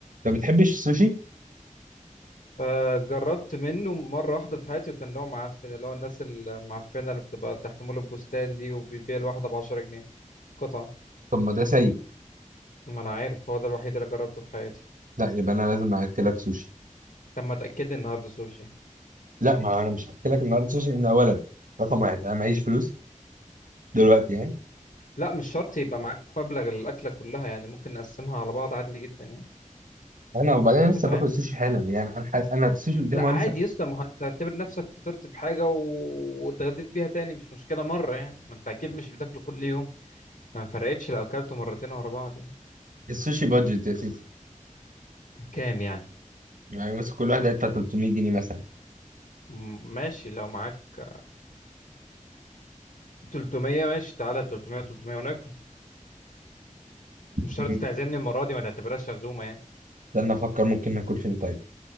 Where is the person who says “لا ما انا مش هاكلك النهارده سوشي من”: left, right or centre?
Right